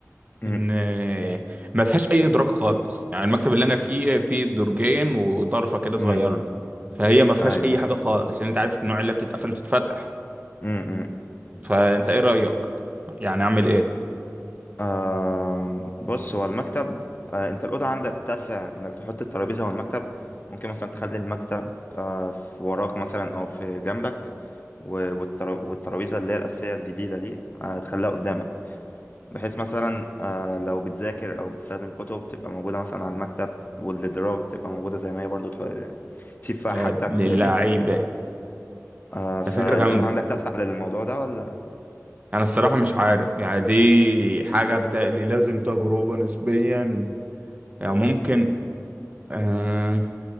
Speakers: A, on the left; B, on the right.
A: امم
B: ان ما فيهاش اي ادراك خالص يعني المكتب اللي انا فيه فيه درجين وضرفه كده صغيره
A: امم امم.
B: فهي ما فيهاش
A: ايوه
B: اي
A: أيوه.
B: حاجه خالص لان انت عارف النوع اللي بتتقفل وتتفتح
A: امم
B: فانت ايه رايك يعني اعمل ايه
A: آه بص هو المكتب آه انت الاوضه عندك تسع انك تحط الترابيزه والمكتب ممكن مثلا تخلي المكتب آه في وراك مثلا او في جنبك و- والترا- والترابيزه اللي هي الاساسيه الجديده دي آه تخليها قدامك بحيث مثلا آه، لو بتذاكر او بتستخدم كتب تبقى موجوده مثلا على المكتب والادراج تبقى موجوده زي ما هي برضو تح- تسيب فيها
B: يا
A: حاجتك
B: ابن
A: فاهمني
B: اللعيبه
A: آه، فالاوضه
B: ده فكره جامده
A: عندك تسعة للموضوع ده ولا
B: انا الصراحه مش عارف يعني دي حاجه بتقلي لازم تجربه نسبيا يعني ممكن
A: م-
B: آه...